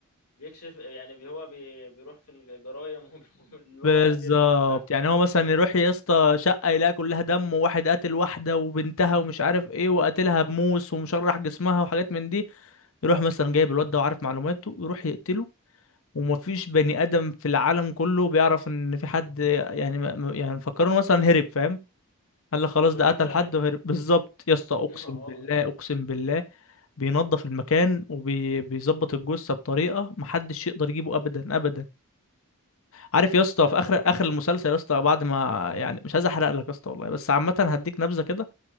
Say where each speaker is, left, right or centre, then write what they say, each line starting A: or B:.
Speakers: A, on the left (about 85°); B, on the left (about 65°).
A: بيكشف يعني بي- هو بي... بيروح في الجرايم <laughs> اللي هو
B: بالظبط
A: قاتلها صح
B: يعني هو مثلا يروح يا اسطى شقه يلاقي كلها دم وواحد قاتل واحده وبنتها ومش عارف ايه وقاتلها بموس ومشرح جسمها وحاجات من دي يروح مثلا جايب الواد ده وعارف معلوماته ويروح يقتله ومفيش بني ادم في العالم كله بيعرف ان في حد يعني ما- ما- يعني فكروا مثلا هرب فاهم قال لك خلاص
A: هو طبيب
B: ده قتل
A: شرعي
B: حد وهرب بالظبط يا اسطى اقسم
A: <laughs> اه
B: بالله
A: يعني
B: اقسم بالله بينظف المكان وبيظبط الجثه بطريقه محدش يقدر يجيبه ابدا ابدا عارف يا اسطى
A: لا
B: في اخر
A: هو
B: اخر المسلسل يا اسطى بعد ما يعني مش عايز احرق لك يا اسطى والله بس عامه هديك نبذه كده